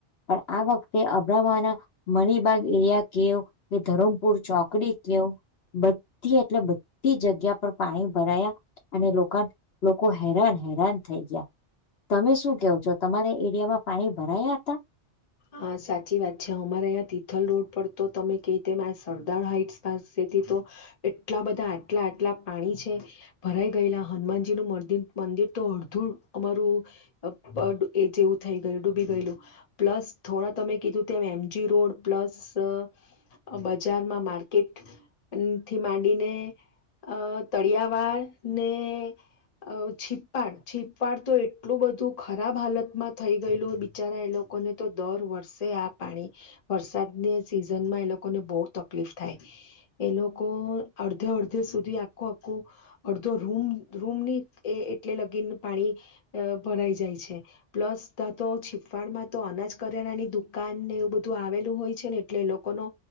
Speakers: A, on the left; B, on the left.
A: પણ આ વખ તે અબ્રમા ના મણિબાગ એરિયા કેવ કે ધરમપુર ચોકડી કેવ બધી એટલે બધી જગ્યા પર પાણી ભરાયા અને લોકા લો કો હેરાન હેરાન થઈ ગયા તમે શું કેવો છો તમારા એરિયામાં પાણી ભરાયા હતા
B: હા સાચી વાત છે અમારે અહીં તિથલ રોડ પર તો તમે કે તેમ આ સરદાર હાઈટ્સ પાસેથી તો એટલા બધા આટલા આટલા પાણી છે ભરાઈ ગયેલા હનુમાનજીનું મન મંદિર તો અડધું અમારું અ પ એજ જેવું થઈ ગયું ડૂબી ગયેલું પ્લસ થોડા તમે કીધું તેમ એમજી રોડ પ્લસ અ અ બજારમાં માર્કેટથી માંડીને અ તળિયાવાળ ને અ છીપાડ છીપાડ તો એટલું બધું ખરાબ હાલતમાં થઈ ગયેલું બિચારા એ લો કોઈને તો દર વર્ષે આ પાણી વરસાદને સિઝનમાં એ લોકોને બો તકલીફ થાય. એ લોકો અડધે અડધે સુધી આખું આખું અડધો રૂમ રૂમની એ એટલે લગીન પાણી અહ ભરાઈ જાય છે પ્લસ ત્યાં તો છીપવાડમાં તો અનાજ કરિયાણાની દુકાન ને એવું બધું આવેલું હોય છે ને એટલે એ લોકો નો